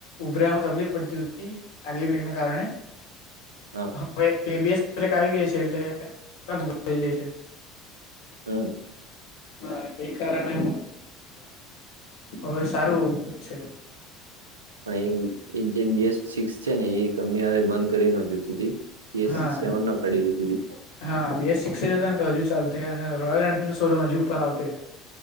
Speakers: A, on the left (about 60°); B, on the right (about 80°).
A: ઉભર્યાવામાં તકલીફ પડતી હતી આગલી બ્રેકને કારણે.
B: હા.
A: હવે એ બીએસ બ્રેક આવી છે એટલે તદ જાય છે.
B: હમ
A: હા એ કારણે હવે સારું છે.
B: પણ એ એ જે બેસ્ટ સિક્સ છે ને એ કંપની વારે બંધ કરી ન જોતી તી એ
A: હા
B: સેવન ન કાઢ જો દીી.
A: હા બીએસ સિક્સ જ ને તો હજુ ચાલ અને રોયલ એનફિલ્ડ સોરૂ હજુ ઉપર આવતે.